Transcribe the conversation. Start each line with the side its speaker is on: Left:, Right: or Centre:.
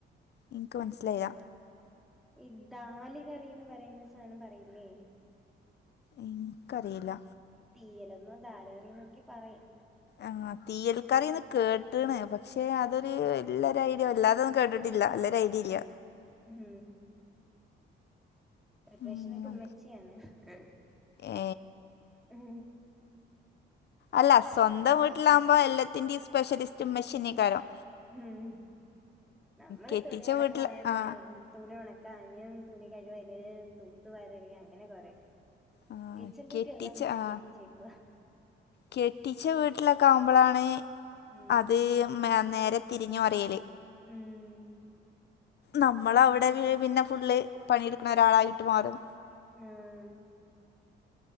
Left: ഇനിക്ക് മനസ്സിലായ
Centre: ഈ ദാല കറിന്ന് പറയുന്ന സാധനം പറയില്ലേ
Left: എനിക്കറിയില്ല
Centre: തീ്യൽ എന്നോ ദാലേറി എന്നൊക്കെ പറയും
Left: ആഹ് തീയൽക്കറിന്ന് കേട്ടണ് പക്ഷെ അതൊരു വല്ലൊരു ഐഡിയ വല്ലാതെ കേട്ടിട്ട ല്ല ഒരു ഐഡി ഇല്ല
Centre: ഉം പ്രിപ്രേഷനൊക്കെ
Left: ഉം.
Centre: ഉമ്മച്ചിയാണ് <unintelligible>
Left: ഏ
Centre: ഉം
Left: അല്ല സ്വന്തം വീട്ടിലാവകുമ്പോൾ എല്ലാത്തിന്റെ സ്പെഷ്യലിസ്റ്റ് മെഷീനീക്കാരം
Centre: ഉം നമ്മള്
Left: കെട്ടിച്ച
Centre: തുണി അലക്കാനും
Left: വീട്ടിൽ ആ
Centre: <unintelligible> തുണി ഉണക്കഞ്ഞും തുണി കഴിവല് തൂത്ത വരല് അങ്ങനെ കൊറെ
Left: ആ
Centre: കിച്ചൻ ഡ്യൂട്ടി
Left: കെട്ടിച്ച
Centre: എല്ലാം അമച്ചിക്ക്
Left: ആ
Centre: എൽപിച്ചേക്കുവാ
Left: കെട്ടിച്ച വീട്ടിലൊക്കെ ആകുമ്പോഴാണ്
Centre: ഉം
Left: അത് നേരെ
Centre: ഉം
Left: തിരിഞ്ഞ് പറയൽ
Centre: ഉം
Left: നമ്മൾ അവിടെ പിന്നെ ഫുള്ള് പണിയെടുക്കണ ഒരാളായിട്ട് മാറും
Centre: ഉം